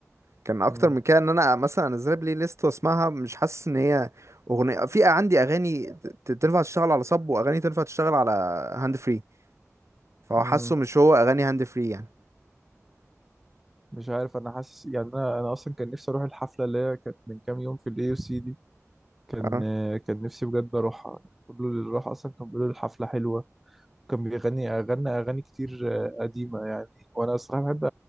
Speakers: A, on the right; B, in the centre.
A: كان اكتر
B: مم.
A: من كده ان انا مثلا انزلها بلاي ليست واسمعها مش حاسس ان هي اغنيه في عندي اغاني ت- تنفع تشتغل على صب واغاني تنفع تشتغل على هاند فري فهو
B: مم.
A: حاسه مش هو اغاني هاند فري يعني
B: مش عارف انا حاسس يعني انا انا اصلا كان نفسي اروح الحفله اللي هي كانت من كام يوم في الاي سي دي كان
A: اه
B: كان نفسي بجد اروحها كله اللي راح اصلا كان بيقول الحفله حلوه كان بيغني اغنى اغاني كتير آه، قديمه يعني وانا الصراحه بحب